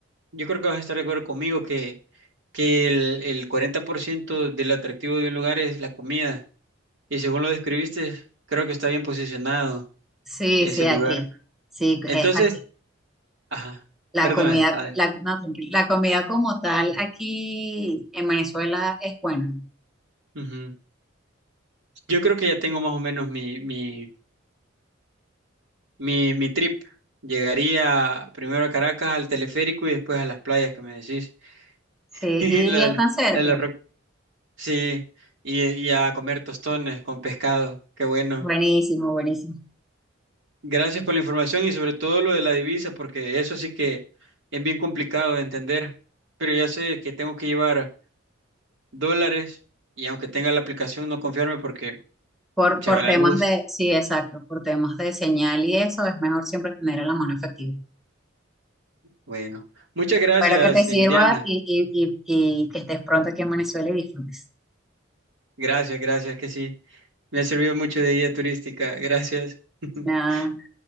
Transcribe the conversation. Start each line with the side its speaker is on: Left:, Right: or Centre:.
Right: yo creo que vas a estar de acuerdo conmigo que, que el, el 40% del atractivo de un lugar es la comida. Y según lo describiste, creo que está bien posicionado.
Centre: Sí,
Right: ese
Centre: sí,
Right: lugar.
Centre: aquí. Sí,
Right: Entonces,
Centre: eh, aquí.
Right: ajá,
Centre: La
Right: perdona,
Centre: comida,
Right: Adela.
Centre: la, no, tranquilo. la comida como tal aquí en Venezuela es buena.
Right: Ujú. Yo creo que ya tengo más o menos mi, mi, mi, mi trip. Llegaría primero a Caracas, al teleférico y después a las playas que me decís.
Centre: Sí,
Right: <laughs> Y
Centre: y,
Right: Lo de
Centre: y están
Right: la,
Centre: cerca.
Right: la de la roca. Sí, y, y a comer tostones con pescado. Qué bueno.
Centre: Buenísimo, buenísimo.
Right: Gracias por la información y sobre todo lo de la divisa, porque eso sí que es bien complicado de entender. Pero ya sé que tengo que llevar dólares y aunque tenga la aplicación, no confiarme porque
Centre: Por,
Right: se
Centre: por
Right: va la
Centre: temas
Right: luz.
Centre: de, sí, exacto, por temas de señal y eso, es mejor siempre tener a la mano efectiva.
Right: Bueno, muchas gracias,
Centre: Espero que te sirva
Right: eh, Diana.
Centre: y, y, y, y que estés pronto aquí en Venezuela y disfrutes.
Right: Gracias, gracias, que sí. Me ha servido mucho de guía turística. Gracias. <laughs>
Centre: nada